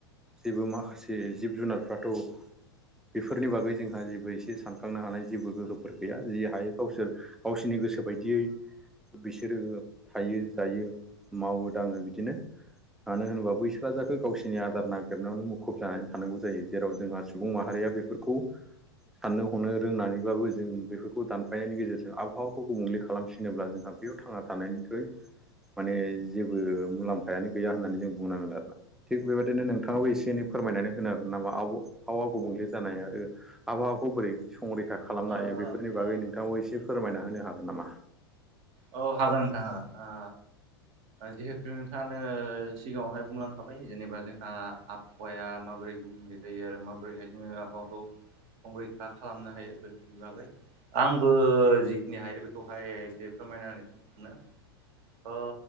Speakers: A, in the centre; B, on the right (about 50°).
A: जेबो माखासे जिब जुनारफ्राथ' बेफोरनि बागै जोंहा जेबो एसे सानखांनो हानाय जेबो गोहोफोर गैया। जि हायो गावसोर गावसिनि गोसो बायदियै बिसोरोबो थायो जायो मावो दाङो बिदिनो। मानो होनोबा बैसोआ जाखौ गावसिनि आदार नागिरनायावनो मुखुब जानानै थानांगौ जायो। जेराव जोंहा सुबुं माहारिया बे फोरफोरखौ साननो हनो रोंनानैब्लाबो जों बेफोरखौ दानफायनायनि गेजेरजों आबहावाखौ गुबुंले खालामसिन नोब्ला जोंहा बेयाव थांना थानायनिख्रुइ माने जेबो मुलाम्फायानो गैया होननानै जों बुंनांगोन आरोना। थिग बेबायदिनो नोंथाङाबो एसे एनै फोरमायनानै होनो हागोन नामा आब-आबहावा गुबुंले जानाय आरो आबहावाखौ बोरै संरैखा खालामनो
B: ओ
A: हायो बेफोरनि बागै
B: ओ
A: नोंथांखौ एसे फोरमायना होनो हागोन नामा?
B: औ हागोन नोंथां हागोन। ओ जिहेथु नोंथाङानो सिगाङावहाय बुंलांखाबाय जेनेबा जोंहा आबहावाया माबोरै गुबुंले जायो आरो माबोरैहाय जोङो आबहावाखौ संरैखा खालामनो हायो बेफोरनि बागै। आंबो जिखिनि हायो बेखौहाय एसे फोरमायना होनोसै सानो। ओ